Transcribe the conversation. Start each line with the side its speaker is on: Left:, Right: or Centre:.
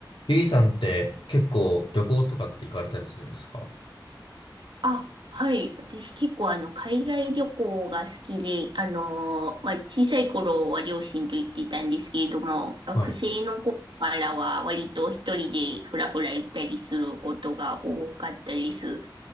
Left: ゆいさんって結構旅行とかって行かれたりするんですか
Right: あ、はい。私結構あの、海外旅行が好きで、あのーまあ、小さい頃は両親と行っていたんですけれども、学生の頃からは割と一人でふらふら行ったりすることが多かったです。
Left: はい。